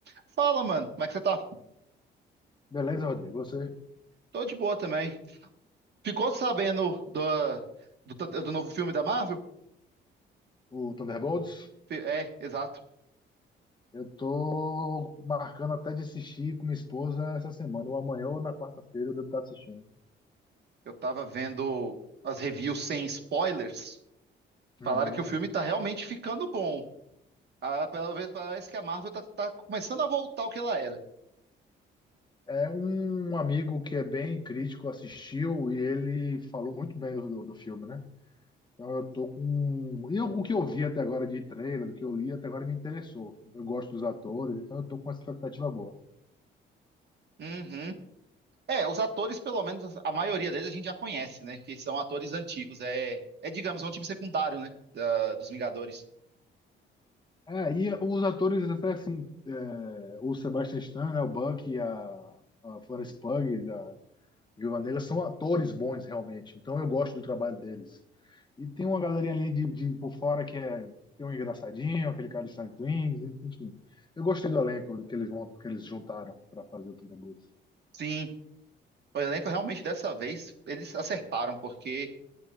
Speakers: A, on the right; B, on the left.
A: Fala, mano, como é que você tá?
B: Beleza, Rodrigo? Você,
A: Tô de boa também. Ficou sabendo do, do, do novo filme da Marvel?
B: o Thunderbolts?
A: Fi- É, exato.
B: Eu tô marcando até de assistir com minha esposa essa semana, ou amanhã ou na quarta-feira eu devo estar assistindo.
A: Eu tava vendo as reviews sem spoilers.
B: Uhum.
A: Falaram que o filme tá realmente ficando bom. Ah, pelo menos parece que a Marvel tá, tá começando a voltar ao que ela era.
B: É um amigo que é bem crítico, assistiu e ele falou muito bem do, do, do filme, né? Então eu tô com. E eu- o que eu vi até agora de trailer, do que eu li até agora me interessou. Eu gosto dos atores, então eu tô com uma expectativa boa.
A: Uhum. É, os atores, pelo menos a maioria deles a gente já conhece, né? Que são atores antigos. É, é digamos, é um time secundário, né? da- dos Vingadores.
B: É, e os atores, até assim, é, o Sebastian Stan, né, o Buck e a, a Florence Pugh, da, Viúva Negra são atores bons, realmente. Então eu gosto do trabalho deles. E tem uma galerinha ali de, de por fora que é tem um engraçadinho, aquele cara de Silent Wings, enfim. Eu gostei do elenco que eles, vão- que eles juntaram para fazer o Thunderbolts.
A: Sim, o elenco realmente dessa vez eles acertaram, porque.